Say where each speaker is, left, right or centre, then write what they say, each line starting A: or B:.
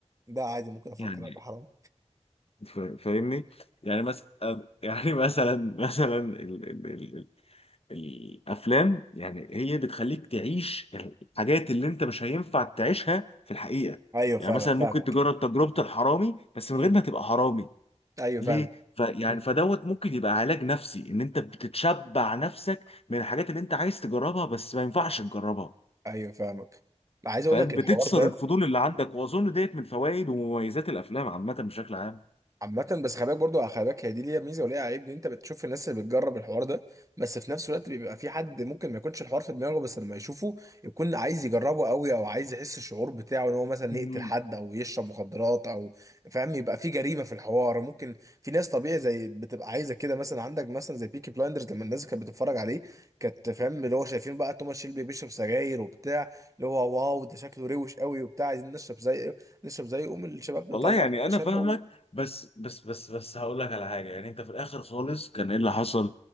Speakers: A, on the right; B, on the left.
A: ده عادي ممكن افكر
B: يعني
A: ابقى حرام
B: فا- فاهمني يعني مثلا يعني <laughs> مثلا مثلا ال ال ال ال الافلام يعني هي بتخليك تعيش الحاجات اللي انت مش هينفع تعيشها في الحقيقه
A: ايوه فعلا
B: يعني مثلا ممكن
A: فاهمك
B: تجرب تجربه الحرامي بس
A: مم.
B: من غير ما تبقى حرامي
A: ايوه
B: ليه؟
A: فعلا
B: فيعني
A: مم.
B: فدوت ممكن يبقى علاج نفسي ان انت بتتشبع نفسك من الحاجات اللي انت عايز تجربها بس ما ينفعش تجربها
A: ايوه فاهمك عايز
B: فاهم
A: اقول لك
B: بتكسر
A: الحوار ده
B: الفضول اللي عندك واظن ديت من فوائد ومميزات الافلام عامه بشكل عام
A: عامة بس خلي بالك برضه خلي بالك هي دي ليها ميزة وليها عيب ان انت بتشوف الناس اللي بتجرب الحوار ده بس في نفس الوقت بيبقى في حد ممكن ما يكونش الحوار في دماغه بس لما يشوفه يكون عايز يجربه قوي او عايز يحس الشعور بتاعه ان هو مثلا
B: مم.
A: يقتل حد او يشرب مخدرات او فاهم يبقى في جريمة في الحوار ممكن في ناس طبيعي زي بتبقى عايزة كده مثلا عندك مثلا زي بيكي بلايندرز لما الناس كانت بتتفرج عليه كانت فاهم اللي هو شايفين بقى توماس شيلبي بيشرب سجاير وبتاع اللي هو واو ده شكله روش قوي وبتاع عايزين نشرب زي نشرب زي قوم الشباب
B: والله
A: نطلعه
B: يعني انا
A: شاربه
B: فاهمك
A: و...
B: بس بس بس بس هقول لك على حاجه يعني انت في الاخر خالص كان ايه اللي حصل؟